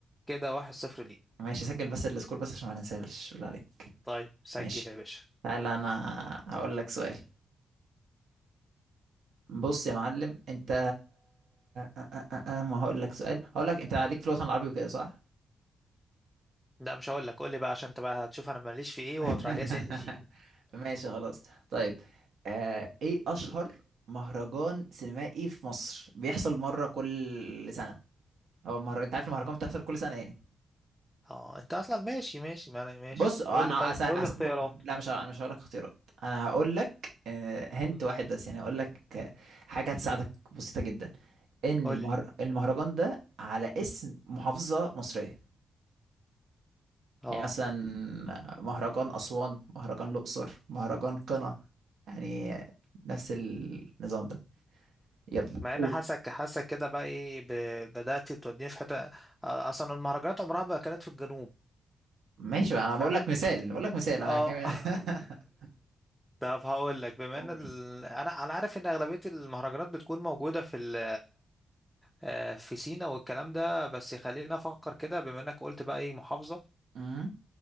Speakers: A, in the centre; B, on the right.
A: كده واحد صفر ليك
B: ماشي سجل بس السكور بس عشان ما ننساش بالله عليك
A: طيب سجل
B: ماشي
A: يا باشا
B: تعالى انا هقول لك سؤال بص يا معلم انت أ- أ- أ- أ- ما هقول لك سؤال هقول لك انت عليك في الوطن العربي وكده صح
A: لا مش هقول لك قول لي بقى عشان انت بقى هتشوف انا ماليش في ايه
B: <laughs>
A: وتراجع جاي سني في ايه
B: ماشي خلاص طيب آه ايه اشهر مهرجان سينمائي في مصر بيحصل مره كل سنه هو مهرجان انت عارف
A: اه
B: المهرجان بتحصل كل سنه يعني
A: اه انت اصلا ماشي ماشي ما انا ماشي
B: بص انا
A: قول لي طيب
B: أس... أس...
A: قول لي اختيارات
B: ب- لا مش ه- انا مش هقول لك اختيارات انا هقول لك هنت
A: مم.
B: واحد بس يعني هقول لك آه، حاجه هتساعدك بسيطه جدا ان
A: قول
B: المهر...
A: لي
B: المهرجان ده على اسم محافظه مصريه
A: اه
B: يعني مثلا مهرجان أسوان مهرجان الأقصر مهرجان قنا يعني نفس
A: مم.
B: النظام ده يلا
A: مع
B: قول
A: ان حاسك حاسك كده بقى ايه ب... بدأت توديني في حتة آه، اصلا المهرجانات عمرها ما كانت في الجنوب
B: ماشي بقى، انا
A: ف...
B: بقول لك مثال بقول لك مثال
A: اه
B: أنا كمان- <laughs>
A: <laughs> طب هقول لك بما
B: قول
A: ان ال... انا انا عارف ان اغلبيه المهرجانات بتكون موجوده في ال... آه، في سينا والكلام ده بس خلينا افكر كده بما انك قلت بقى ايه محافظه
B: أمم.